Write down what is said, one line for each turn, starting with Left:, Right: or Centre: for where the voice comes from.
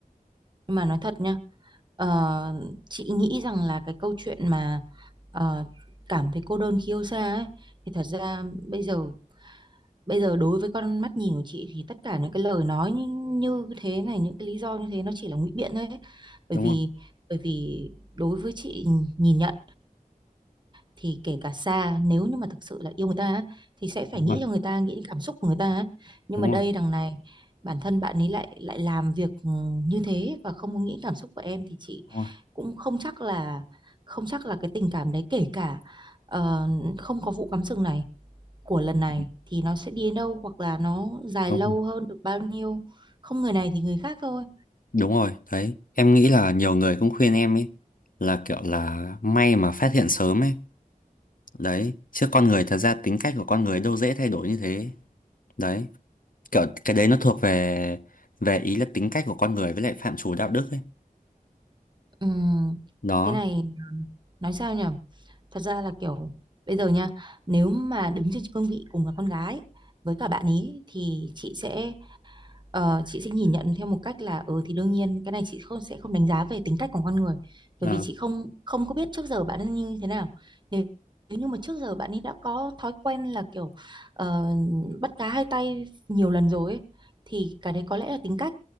Right: Nhưng mà nói thật nhá, ờ, chị nghĩ rằng là cái câu chuyện mà ờ, cảm thấy cô đơn khi yêu xa ấy thì thật ra bây giờ bây giờ đối với con mắt nhìn của chị thì tất cả những cái lời nói như, như thế này những cái lý do như thế nó chỉ là ngụy biện thôi ấy. bởi
Left: Đúng
Right: vì
Left: rồi,
Right: bởi vì đối với chị nhìn nhận thì kể cả xa nếu như mà thực sự là yêu người ta á, thì sẽ phải
Left: đúng
Right: nghĩ
Left: rồi,
Right: cho người ta nghĩ đến cảm xúc của người ta á. nhưng
Left: đúng
Right: mà
Left: rồi,
Right: đây đằng này bản thân bạn ấy lại lại làm việc ừ, như thế và không có nghĩ cảm xúc của em thì chị
Left: đúng rồi.
Right: cũng không chắc là không chắc là cái tình cảm đấy kể cả ờ, không có vụ cắm sừng này của lần này
Left: Ừ,
Right: thì nó sẽ đi đến đâu hoặc là nó dài
Left: Đúng,
Right: lâu
Left: rồi.
Right: hơn được bao nhiêu không người này thì người khác thôi
Left: đúng rồi, đấy. Em nghĩ là nhiều người cũng khuyên em ấy là kiểu là may mà phát hiện sớm ấy đấy chứ con người thật ra tính cách của con người đâu dễ thay đổi như thế đấy kiểu cái đấy nó thuộc về về ý là tính cách của con người với lại phạm trù đạo đức ấy
Right: Ừm,
Left: đó
Right: cái này à, nói sao nhỉ thật ra là kiểu bây giờ nha nếu mà đứng trên cương vị cùng là con gái với cả bạn ý thì chị sẽ Ờ, chị sẽ nhìn nhận theo một cách là ừ thì đương nhiên cái này chị không sẽ không đánh giá về tính cách của con người bởi
Left: Ờ,
Right: vì chị không không có biết trước giờ bạn ấy như thế nào nếu, nếu như mà trước giờ bạn ấy đã có thói quen là kiểu ờ, bắt cá hai tay nhiều lần rồi ấy, thì cái đấy có lẽ là tính cách